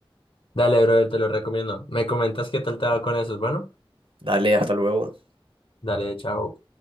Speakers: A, on the left; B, on the right.
A: <laughs> Dale, brother, te lo recomiendo. Me comentas qué tal te va con eso, bueno,
B: Dale, hasta luego.
A: dale, chao.